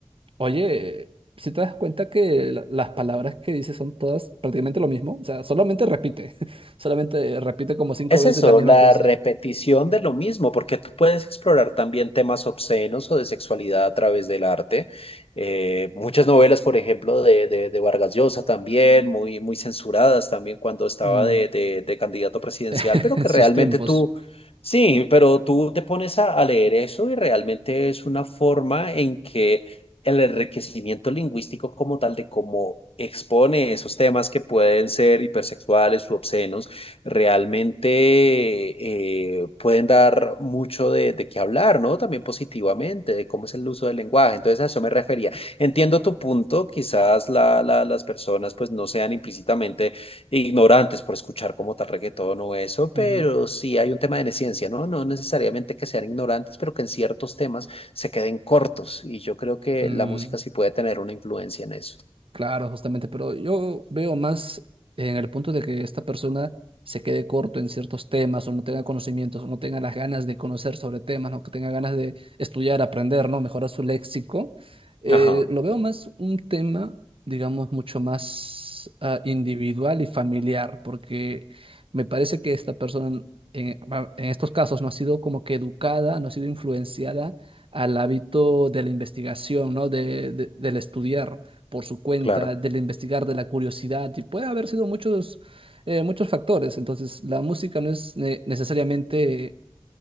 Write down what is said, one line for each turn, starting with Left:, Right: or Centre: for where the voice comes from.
Right: oye, si te das cuenta que la- las palabras que dices son todas prácticamente lo mismo, o sea, solamente repite, <laughs> solamente repite como cinco
Left: Es
Right: veces
Left: eso,
Right: la misma
Left: la
Right: cosa
Left: repetición de lo mismo, porque tú puedes explorar también temas obscenos o de sexualidad a través del arte. Eh, muchas novelas, por ejemplo, de, de, de Vargas Llosa también, muy, muy censuradas también cuando estaba
Right: Mm,
Left: de, de- de candidato presidencial,
Right: <laughs>
Left: pero
Right: en
Left: que
Right: sus
Left: realmente
Right: tiempos.
Left: tú, sí, pero tú te pones a, a leer eso y realmente es una forma en que el enriquecimiento lingüístico como tal de cómo expone esos temas que pueden ser hipersexuales u obscenos realmente eh, pueden dar mucho de, de qué hablar, ¿no? También positivamente, de cómo es el uso del lenguaje. Entonces a eso me refería. Entiendo tu punto, quizás la- la- las personas pues no sean implícitamente ignorantes por escuchar como tal reggaetón o eso, pero
Right: Ujú.
Left: sí hay un tema de neciencia, ¿no? No necesariamente que sean ignorantes, pero que en ciertos temas se queden cortos. Y yo creo que
Right: Mm,
Left: la música sí puede tener una influencia en eso.
Right: Claro, justamente, pero yo veo más en el punto de que esta persona se quede corto en ciertos temas o no tenga conocimientos o no tenga las ganas de conocer sobre temas, no que tenga ganas de estudiar, aprender, ¿no? Mejorar su léxico. Eh,
Left: Ajá,
Right: lo veo más un tema, digamos, mucho más ah, individual y familiar, porque me parece que esta persona en, ah, en estos casos no ha sido como que educada, no ha sido influenciada al hábito de la investigación, ¿no? de, de- del estudiar por su cuenta,
Left: claro,
Right: del investigar, de la curiosidad, y puede haber sido muchos, eh, muchos factores. Entonces, la música no es ne- necesariamente